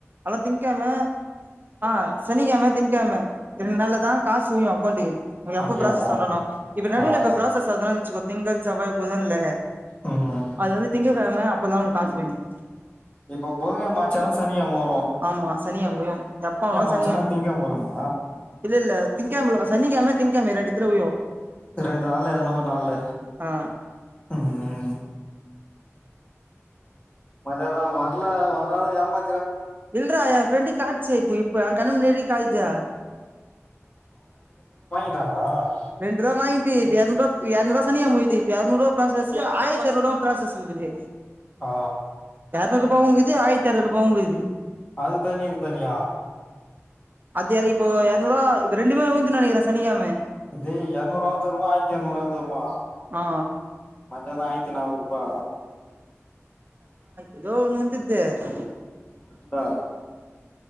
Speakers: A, on the right; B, on the left.
A: அல்லா திங்கெழம ஆ சனிக்கெழம திங்கெழம ரெண்நாள்ல தா காசு அக்கவுண்டுக்கே ஒ எப்ப
B: அப்டியா
A: ப்ராசஸ் ஆனாலு இப்ப நடுல
B: ஆ
A: இப்ப ப்ராசஸ் ஆதானுச்சுக்கோ திங்கள் செவ்வாய் புதன்ல
B: உம்
A: அது வந்து திங்ககெழம அப்போதா உனக்காசு <unintelligible>
B: இப்ப புதங்கெழம ஆச்சானா ச னிகெழம
A: ஆமா சனிகெழம் முடியு எப்பனாலு சனிகெ
B: ஆச்சானா திங்கக்கிழமை வருமா
A: இல்லெல்ல திங்கேழ்மல்ல சனிக்கெழ்ம திங்கெழ்ம இது ரெண்டுத்துல‌ வியு
B: ரெண்டு நாள்ல எதானா ஒரு நாள்ல
A: ஆ
B: உம் <unintelligible> வர்ல வராது ஏமா
A: இல்றா என் ஃப்ரெண்டு காட்ச்சே இப்போ இப்ப என் கண்ணு முன்னாடி காட்டுதே
B: தானா
A: ரெண்ருவா வாங்கி பி இப் எர்நூருவா எர்நூறுவா சனிகிழம உய்தி இப்ப எர்நூறுவா ப்ராசஸு ஆயிரத்திஎர்நூருவா‌ ப்ராசஸ்ல இருக்குது
B: ஆ
A: ரநூறுபாவு இருக்குது ஆயிரத்துஎர்நூருபாவு இருக்குது
B: அது தனி இது தனியா
A: அது அது இப்ப எர்நூறுவா இது ரெண்டுமே உய்ந்துரு நெனக்கிறே சனிக்கெழம
B: டேய் எரநூறுவாவு தருவா ஆயிரத்தி எரநூறுவாவு தருவா
A: ஆ
B: மத்தது ஆயிரத்தி நானூறுபா
A: இதோ ஒன்னு வந்துத்தே அது
B: வந்தா